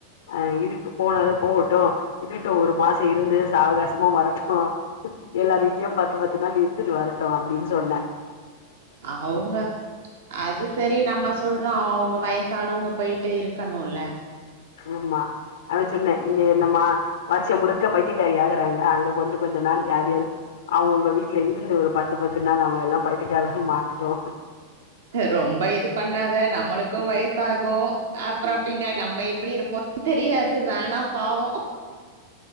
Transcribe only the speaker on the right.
அ அவுங்க அது சரி நம்ம சொல்றோ அவங்க வயசானவங்க போயிட்டு இருக்கணுல
ரொம்ப இது பண்ணாத நம்மளுக்கு வயசாகு அப்பறம் பின்ன நம்ம எப்டி இருப்போம் தெரியாது வேணா பாவோ